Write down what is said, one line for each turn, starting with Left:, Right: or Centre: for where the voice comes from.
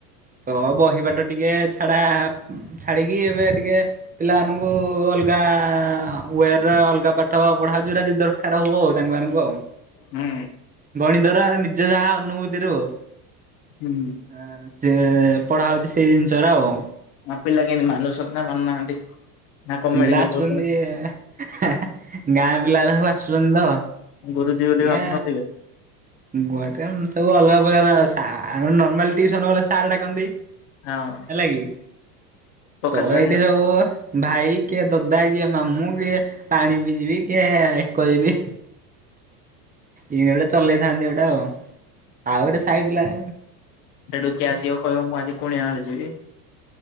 Right: ତ ବହିିବାଟ ଟିକେ ଛାଡା ଛାଡିକି ଏବେ ଟିକେ ପିଲା ମାନଙ୍କୁ ଅଲଗା ୱେର ଅଲଗା ପା ତ ପଢା ଯୁଡା ଯି ଦରକାର ହବ ଆଉ ତାଙ୍କମାନାନଙ୍କୁ ଆଉ।
Left: ହୁଁ।
Right: ଗଣିତରା ନିଜ ଯାହା ଅନୁଭୂତିରୁ ହୋଉ।
Left: ହୁଁ।
Right: ହୁଁ ସିଏ ପଢା ହଉଛି ସେଇ ଜିନିଷରା ଆଉ।
Left: ଆମ ପିଲା କେମିତି ମାନୁସନ୍ଥା ମାନୁନାହାନ୍ତି ନା କଣ
Right: ପିଲା
Left: ମେଡିକା
Right: ଆସୁଛନ୍ତି
Left: କରିଦଉଛନ୍ତି।
Right: ଗାଁ ପିଲାରା ସବୁ ଆସୁଛନ୍ତି ତ।
Left: ଗୁରୁଜୀ ବୋଲି
Right: ଟିଆ
Left: ଭାବୁନଥିବେ
Right: ଗୁଆଟେ ସବୁ ଅଲଗା ପ୍ରକାର ସା ନର୍ମାଲ ଟ୍ୟୁସନ ବେଳେ ସାର୍ ଡାକନ୍ତି।
Left: ହଁ।
Right: ହେଲାକି
Left: ପ୍ରକାଶ
Right: ତ
Left: ଭାଇ
Right: ଏଇଠି
Left: ଆଉ
Right: ସବୁ ଭାଇ କିଏ ଦଦା କିଏ ମାମୁଁ କିଏ ପାଣି ପିଜିବି କିଏ ଏକ ଯିବି। ଇ ଗୋଟେ ଚଲେଇଥାନ୍ତି ଗୋଟେ ଆଉ ଆଉ ଗୋଟେ ସାଇ ପିଲା।
Left: ଏ ଡୁକି ଆସିବ କହିବ ମୁଁ ଆଜି କୁଣିଆ ଘର ଯିବି